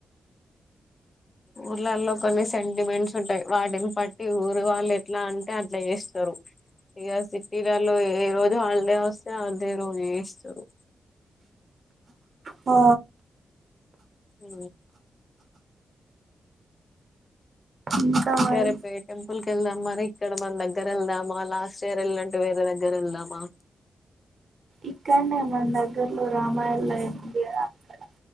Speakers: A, on the left; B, on the right.
A: ఊర్లలో కొన్ని సెంటిమెంట్స్ ఉంటాయి వాటిని బట్టి ఊరు వాళ్ళు ఎట్లా అంటే అట్లా చేస్తారు ఇక సిటీలలో ఏ రోజు హాలిడే వస్తే అదే రోజు చేస్తారు
B: ఆ
A: ఉ
B: ఇంకా మరి
A: గర ప టెంపుల్ వెళ్దాం మరి ఇక్కడ మన దగ్గర వెళ్దామా లాస్ట్ ఇయర్ వెళ్ళినంటే వేరే దగ్గర వెళ్దామా
B: ఇక్కనేే మన దగ్గర్లో రామాలయం ఉంది అక్కడ